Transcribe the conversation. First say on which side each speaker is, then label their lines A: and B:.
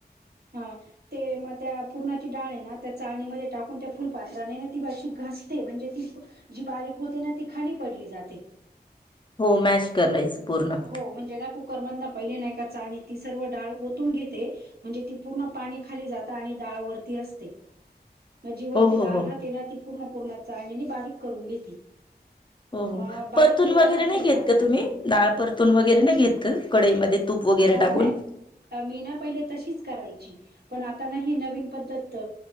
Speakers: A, on the right; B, on the left.
A: हा. ते म त्या, पूर्णाची डाळ ये ना, त्या चाळणीमध्ये टाकून, त्या फुलपात्राने ना, ती अशी घासते, म्हणजे ती जी बारीक होते ना, ती खाली पडली जाते.
B: हो, मॅश करनायचं, पूर्ण.
A: हो म्हणजे ना, कुकरमधन पहिले ना, एका चाळणीत, ती सर्व डाळ ओतून घेते. म्हणजे, ती पूर्ण पाणी खाली जात आणि डाळवरती असते. म जी वरती
B: हो हो
A: दाळ
B: हो
A: राहती ना, ती पूर्ण, पूरनाच्या चाळणीने, बारीक करून घेती.
B: हो हो.
A: मग बारीक
B: परतून
A: केल्यानंतर
B: वगैरे नही घेत
A: आहे ना
B: का, तुम्ही? डाळ परतून वगैरे नही घेत का, कडईमध्ये तूप वगैरे टाकून?
A: नाही अ मी ना, पहिले तशीच करायची. पण आता ना, ही नवीन पद्धत,